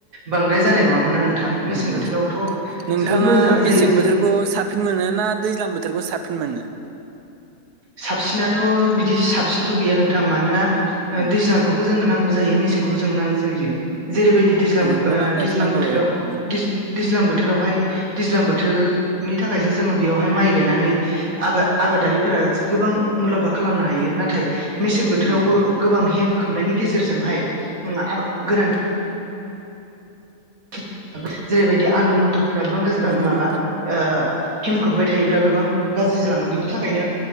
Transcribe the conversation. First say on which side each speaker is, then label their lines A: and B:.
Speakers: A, on the right (about 65°); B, on the right (about 80°).
A: बांद्राय जानाय नङामोना नोंथां। मेसें
B: उम
A: बोथोरावथ'
B: नोंथाङा
A: जोबोद मोजाङानो
B: मेसें
A: जायो।
B: बोथोरखौ
A: जों
B: साबसिन मोनो ना दैज्लां बोथोरखौ साबफिन मोनो?
A: साबसिनाथ' बिदि साबसिनथ' गैया नोंथां। मानोना ओ
B: उम
A: दैज्लांखौबो जोंनो नांगौ जायो। मेसेंखौबो जोंनो नांगौ जायो जेरैबायदि दैज्लां ओ
B: नंगौ नांनायाथ'
A: दैज्लां
B: नांगौ
A: बोथोराव
B: औ औ
A: दै दैज्लां बोथोरावहाय दैज्लां बोथोरनि थाखायसो जोङो बेयावहाय माइ गायनानै आबा आबादारिफोरा गोबां मुलाम्फा खालामनो हायो नाथाय मेसें बोथोरावबो
B: नंगौ
A: गोबां हेम खोबनायनि गेजेरजोंहाय ओम गोरान थि जेरैबायदि आलु मथरफोरा गोबां गोज--ओं
B: नंगौ
A: माबा।
B: नोंथां
A: ओ हेमखोबबाय थायोब्ला गोबां गाज्रि जालाङो। बिनि थाखायनो